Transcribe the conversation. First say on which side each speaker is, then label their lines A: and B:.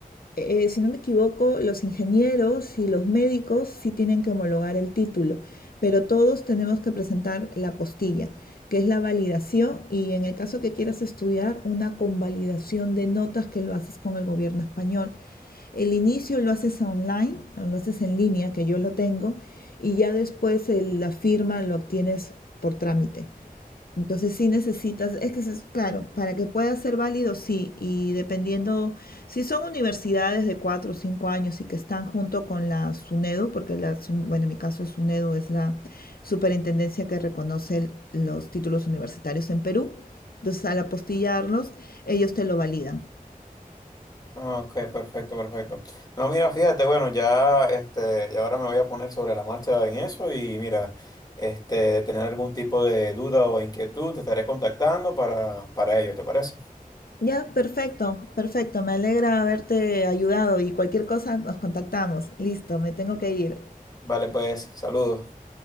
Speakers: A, on the left (about 80°); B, on the left (about 25°).
A: eh, si no me equivoco, los ingenieros y los médicos sí tienen que homologar el título, pero todos tenemos que presentar la postilla, que es la validación y en el caso que quieras estudiar, una convalidación de notas que lo haces con el gobierno español. El inicio lo haces online, lo haces en línea, que yo lo tengo, y ya después el- la firma lo obtienes por trámite. Entonces sí necesitas, es que es claro, para que pueda ser válido, sí, y dependiendo, si son universidades de cuatro o cinco años y que están junto con la SUNEDU, porque la, SUN bueno, en mi caso es SUNEDU, es la superintendencia que reconoce el- los títulos universitarios en Perú, entonces al apostillarlos, ellos te lo validan.
B: Ah, Ok, perfecto, perfecto. No, mira, fíjate, bueno, ya, este, ya ahora me voy a poner sobre la marcha en eso y mira, este, de tener algún tipo de duda o inquietud, te estaré contactando para, para ello, ¿te parece?
A: Ya, perfecto, perfecto, me alegra haberte ayudado y cualquier cosa nos contactamos. Listo, me tengo que ir.
B: Vale, pues, saludos.